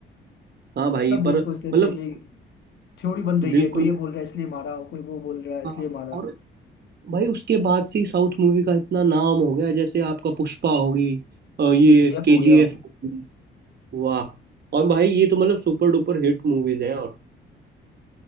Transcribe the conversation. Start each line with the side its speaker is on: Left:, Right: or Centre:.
Right: हाँ भाई
Left: सब बोल
Right: पर मतलब
Left: पूछते थे ये थ्योरी बन रही
Right: बिल्कुल
Left: है कोई ये बोल रहा है इसलिए मारा कोई वो बोल रहा है इसलिए
Right: हाँ
Left: मारा
Right: और भाई उसके बाद से ही साउथ मूवी का इतना नाम हो गया जैसे आपका पुष्पा होगी और ये
Left: केजीएफ
Right: केजीएफ
Left: हो गया
Right: होगी वाह और भाई ये तो मतलब सुपर डुपर हिट मूवीज हैं और